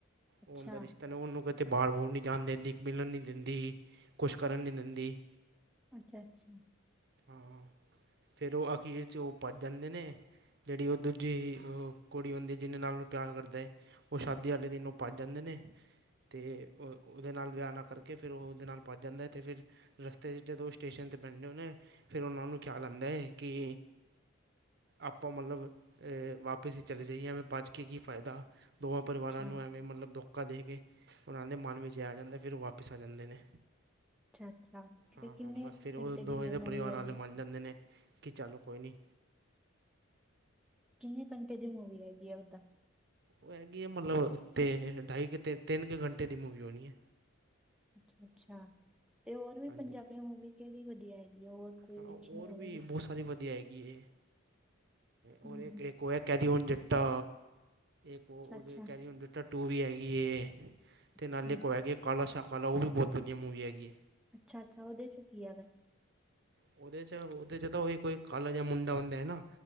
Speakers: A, in the centre; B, on the right (about 50°).
A: ਅੱਛਾ
B: ਓਂਦਾ ਰਿਸ਼ਤਾ ਨੇ ਓਨੂੰ ਕਦੇ ਬਾਰ ਬੂਰ ਨੀ ਜਾਣ ਦਿੰਦੀ ਮਿਲਣ ਨੀ ਦਿੰਦੀ ਕੁਛ ਕਰਨ ਨੀ ਦਿੰਦੀ।
A: ਅੱਛਾ-ਅੱਛਾ,
B: ਹਾਂ ਫੇਰ ਓ ਅਖੀਰ 'ਚ ਔ ਭੱਜ ਜਾਂਦੇ ਨੇ। ਜੇੜੀ ਓ ਦੂਜੀ ਓ ਕੁੜੀ ਹੁੰਦਾ ਐ, ਜਿਦੇ ਨਾਲ ਔ ਪਿਆਰ ਕਰਦਾ ਏ ਓ ਸ਼ਾਦੀ ਆਲੇ ਦਿਨ ਓ ਭੱਜ ਜਾਂਦੇ ਨੇ ਤੇ ਓਦੇ ਨਾਲ ਵਿਆ ਨਾ ਕਰਕੇ। ਕੇ ਫੇਰ ਓਦੇ ਨਾਲ ਭਜ ਜਾਂਦਾ ਤੇ ਫੇਰ ਰਸਤੇ 'ਚ ਜਦੋਂ ਓ ਸਟੇਸ਼ਨ 'ਤੇ ਬੈਂਦੇ ਨੇ। ਫੇਰ ਓਨਾਂ ਨੂੰ ਖਿਆਲ ਆਂਦਾ ਏ ਕੀ। ਆਪਾਂ ਮਤ ਲਬ‌ ਏ ਵਾਪਿਸ ਈ ਚਲੇ ਜਾਈਏ ਐਂਵੇ ਬੱਜ ਕੇ ਕੀ ਫੈਦਾ। ਦੋਵਾਂ ਪਰਿਵਾਰਾਂ
A: ਅੱਛਾ
B: ਨੂੰ ਐਵੇਂ ਮਲਬ ਧੋਖਾ ਦੇ ਕੇ ਓਨਾਂ ਦੇ ਮਨ ਵਿੱਚ‌ ਐ ਆ ਜਾਂਦਾ। ਫੇਰ ਓ ਵਾਪ। ਵਾਪਿਸ ਆ ਜਾਂਦੇ ਨੇ।
A: ਅੱਛਾ ਅੱਛਾ
B: ਹਾਂ
A: ਤੇ ਕਿੰਨੇ
B: ਹਾਂ ਬਸ ਫੇਰ ਓ
A: ਘੰਟੇ
B: ਦੋਵੇਂ
A: ਦੀ
B: ਦੇ
A: ਮੂਵੀ
B: ਪਰਿਵਾਰ
A: ਹੈਗੀ
B: ਵਾਲੇ ਮੰਨ ਜਾਂਦੇ ਨੇ ਕੀ ਚੱਲੋ ਕੋਈ ਨੀ।
A: ਕਿੰਨੇ, ਘੰਟੇ ਦੀ ਮੂਵੀ ਹੈਗੀ ਹੈ ਓਦਾਂ।
B: ਓ ਹੈਗੀ ਹੈ, ਮਲਬ ਤੇ ਢਾਈ ਕੇ ਤਿੰਨ ਕੁ ਘੰਟੇ ਦੀ ਮੂਵੀ ਹੋਣੀ ਏ।
A: ਅੱਛਾ ਅੱਛਾ ਤੇ ਹੋਰ ਵੀ
B: ਹਾਂਜੀ
A: ਪੰਜਾਬੀ ਮੂਵੀ ਕੇੜੀ ਵਧੀਆ ਏ। ਜਾਂ ਹੋਰ ਕੋਈ
B: ਹਾਂ ਹੋਰ
A: ਅਛੀਆਂ ਹੋਵੇ
B: ਵੀ
A: ਤੇ।
B: ਬਹੁਤ ਸਾਰੀ ਵਧੀਆ ਐਗੀ। ਕੀ ਏ। ਔਰ
A: ਹੂੰ
B: ਇੱਕ‌ ਓ ਐਕੈਰੀਓਨ ਜੱਟਾ ਇੱਕ
A: ਅੱਛਾ
B: ਓ
A: ਅੱਛਾ
B: ਕੈਰੀਓਨ ਜੱਟ। ਟਾ ਟੂ ਵੀ ਹੈਗੀ ਹੈ
A: ਅੱਛਾ
B: ਤੇ ਨਾਲੇ ਕੋ ਉਹ ਹੈਗੀ ਹੈ ਕਾਲਾ ਸ਼ਾਹ ਕਾਲਾ ਉਹ ਵੀ ਬਹੁਤ ਵਧੀਆ ਮੂਵੀ ਹੈਗੀ ਹੈ।
A: ਅੱਛਾ ਅੱਛਾ, ਉਹਦੇ ਚ ਕੀ ਹੈਗਾ।
B: ਉਹਦੇ 'ਚ ਉਹਦੇ 'ਚ ਤਾਂ ਉਹੀ ਕੋਈ ਕਾਲਾ ਜਾਂ ਮੁੰਡਾ ਹੁੰਦਾ ਹੈ ਨਾ।